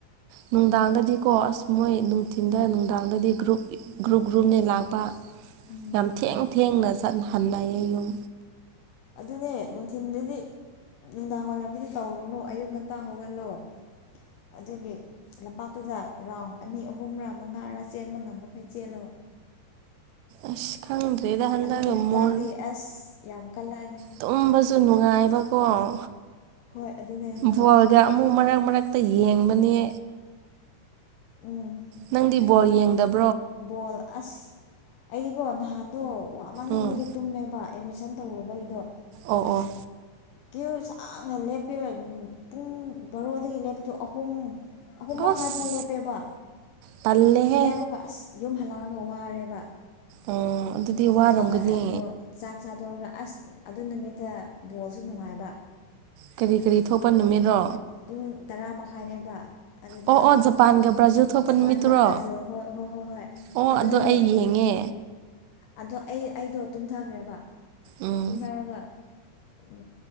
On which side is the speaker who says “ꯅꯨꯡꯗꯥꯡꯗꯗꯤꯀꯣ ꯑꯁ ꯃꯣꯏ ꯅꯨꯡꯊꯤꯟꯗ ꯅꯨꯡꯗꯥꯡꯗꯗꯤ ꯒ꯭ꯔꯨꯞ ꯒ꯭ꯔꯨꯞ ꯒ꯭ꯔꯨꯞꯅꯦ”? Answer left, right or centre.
Right